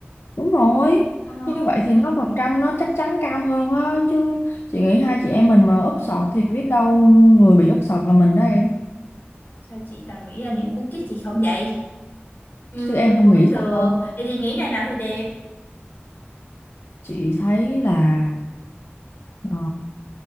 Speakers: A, on the left; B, on the left.
A: đúng rồi
B: Ồ,
A: như vậy thì nó phần trăm nó chắc chắn cao hơn á chứ chị nghĩ hai chị em mình mà úp sọt thì biết đâu người bị úp sọt là mình đó em
B: sao chị toàn nghĩ ra những cú trích chị không vậy? Ừm,
A: chứ em không
B: cũng
A: nghĩ
B: được.
A: sao
B: Vậy chị nghĩ ngày nào thì đẹp?
A: chị thấy là ờ,